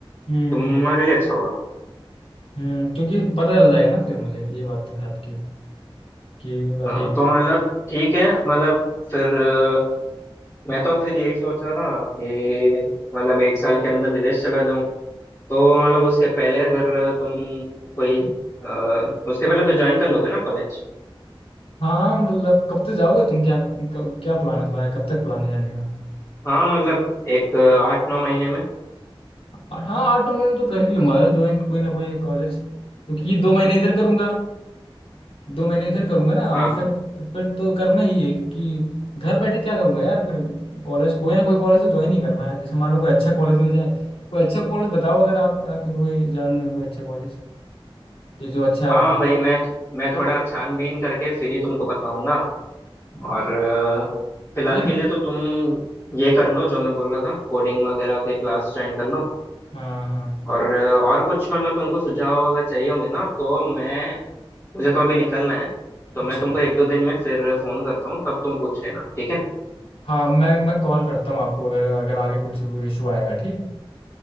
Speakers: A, on the left; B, on the left.
A: हम्म
B: तुम्हारे लिए अच्छा होगा
A: हम्म क्योंकि पता चल जाएगा ना फिर मुझे ये बात तो है आपकी कि वाकई
B: अ, तो मतलब ठीक है मतलब फिर अ, मैं तो फिर यही सोच रहा था कि मतलब एक साल के अंदर विदेश चला जाऊं तो मतलब उसके पहले अगर तुम कोई अ, उसके पहले तो ज्वाइन कर लोगे ना कॉलेज
A: हाँ मतलब कब तक जाओगे तुम क्या क- क्या प्लान है तुम्हारा कब तक प्लान है जाने का
B: हाँ मतलब एक अ, आठ नौ महीने में
A: और हाँ आठ नौ महीने में तो कर ही लूंगा ज्वाइन कोई ना कोई कॉलेज क्योंकि दो महीने इधर करूंगा दो महीने इधर करूंगा ना
B: हाँ
A: और फिर फिर तो करना ही है क्योंकि घर बैठे क्या करूंगा यार फिर कॉलेज कोई ना कोई कॉलेज तो ज्वाइन ही करना है जैसे मान लो कोई अच्छा कॉलेज मिल जाए कोई अच्छा कॉलेज बताओ अगर आप आपके कोई जान में हो कोई अच्छा कॉलेज कि जो अच्छा
B: हाँ भाई मैं तो, मैं थोड़ा छानबीन करके फिर ही तुमको बताऊंगा
A: हाँ
B: और अ, फिलहाल
A: अच्छा
B: के लिए तो तुम ये कर लो जो मैं बोल रहा था कोडिंग वगैरह के क्लास ज्वाइन कर लो
A: हाँ हाँ
B: और अ, और कुछ मतलब तुमको सुझाव अगर चाहिए होंगे ना तो मैं मुझे तो अभी निकलना है तो
A: अच्छा
B: मैं तुमको एक दो दिन में फिर फोन करता हूँ तब तुम पूछ लेना ठीक है
A: हाँ मैं मैं कॉल करता हूँ आपको अगर अगर आगे कुछ इशू आएगा ठीक